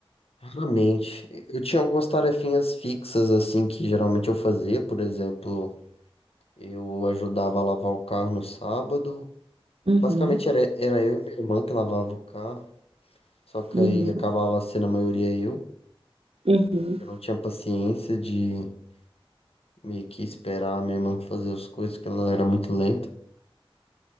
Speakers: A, on the left; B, on the right.
A: Raramente. Eu tinha algumas tarefinhas fixas, assim, que geralmente eu fazia. Por exemplo, eu ajudava a lavar o carro no sábado.
B: Uhum,
A: Basicamente, era, era eu e minha irmã que lavava o carro. Só que
B: uhum,
A: aí acabava sendo a maioria eu.
B: uhum.
A: Eu não tinha paciência de meio que esperar a minha irmã fazer as coisas, que ela era muito lenta.